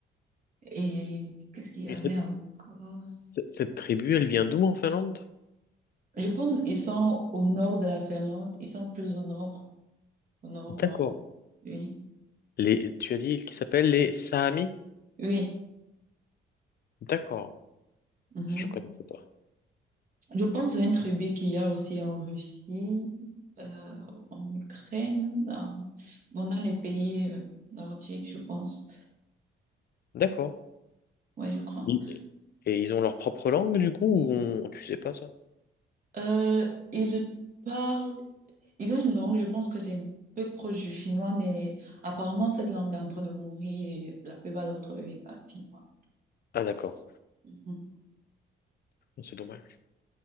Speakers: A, on the right; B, on the left.
A: Et qu'est-ce qu'il y avait
B: Et cette,
A: encore?
B: cette- cette tribu, elle vient d'où en Finlande?
A: Je pense qu'ils sont au nord de la Finlande, ils sont plus au nord, au nord,
B: D'accord.
A: nord, oui,
B: Les... Tu as dit qu'ils s'appellent les Saamis?
A: oui.
B: D'accord.
A: mhm.
B: Ah, Je connaissais pas.
A: Je pense à une tribu qu'il y a aussi en Russie, euh, en Ukraine, dans, bon, dans les pays euh, nordiques, je pense.
B: D'accord.
A: Oui, je crois.
B: Et et ils ont leur propre langue, du coup, ou on- tu sais pas ça?
A: Euh, ils parlent, ils ont une langue, je pense que c'est un peu proche du finnois, mais apparemment cette langue est en train de mourir et la plupart d'entre eux, ils parlent finnois.
B: Ah, d'accord.
A: Mhm.
B: C'est dommage.